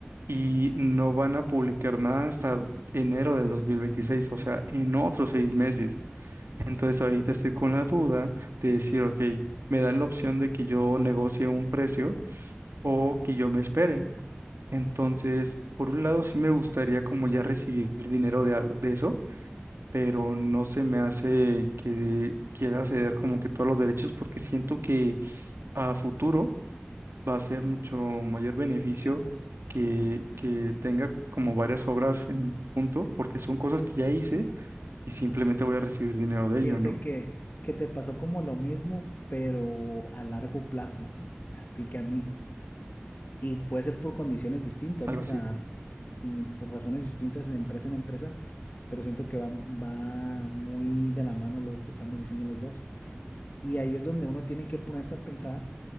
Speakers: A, on the right; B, on the left.
A: y no van a publicar nada hasta enero del 2026, o sea, en otros seis meses. Entonces ahorita estoy con la duda de decir, ok, me dan la opción de que yo negocie un precio o que yo me espere. Entonces, por un lado sí me gustaría como ya recibir dinero de algo de eso, pero no se me hace que quiera ceder como que todos los derechos porque siento que a futuro va a ser mucho mayor beneficio que, que tenga como varias obras en punto, porque son cosas que
B: Y-
A: ya hice y simplemente voy a recibir dinero de
B: Fíjate
A: ello, ¿no?
B: que, que te pasó como lo mismo, pero a largo plazo, a ti que a mí. Y puede ser por condiciones distintas,
A: Algo
B: ¿no? O
A: así.
B: sea, mm, por razones distintas de empresa en empresa, pero siento que va, va muy de la mano lo que estamos diciendo los dos. Y ahí es donde uno tiene que ponerse a pensar